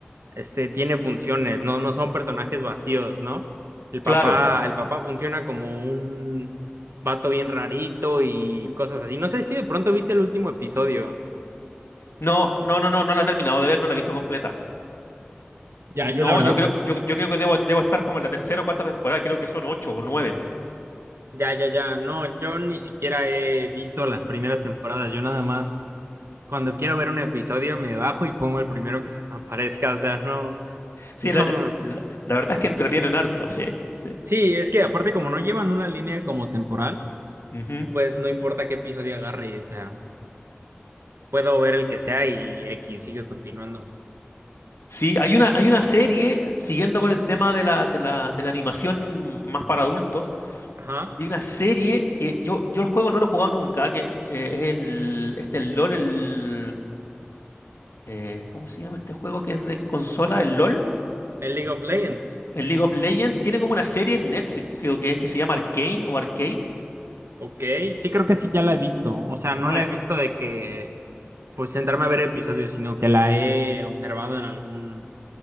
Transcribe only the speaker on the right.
Este tiene funciones, no, no son personajes vacíos, ¿no? El papá,
el papá funciona como un vato bien rarito y cosas así. No sé si de pronto viste el último episodio.
Ya, yo
la verdad
Ya, ya, ya. No, yo ni siquiera he visto las primeras temporadas. Yo nada más, cuando quiero ver un episodio, me bajo y pongo el primero que se me aparezca. O sea, no,
no.
me-
Sí, es que aparte como no llevan una línea como temporal,
pues no importa qué episodio agarre. O sea, puedo ver el que sea y X sigue continuando.
Ajá.
El League of Legends.
Ok. Sí, creo que sí, ya la he visto. O sea, no
la he visto de que, pues, sentarme a ver episodios, sino que la he observado en algún,